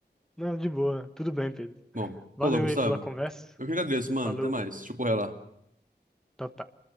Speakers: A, in the centre; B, on the right.
A: Não, de boa. Tudo bem, Pedro.
B: Bom,
A: Valeu
B: falou, Gustavo.
A: aí pela conversa.
B: Eu que agradeço, mano.
A: Falou.
B: Até mais. Deixa eu correr lá.
A: Tchau, tchau.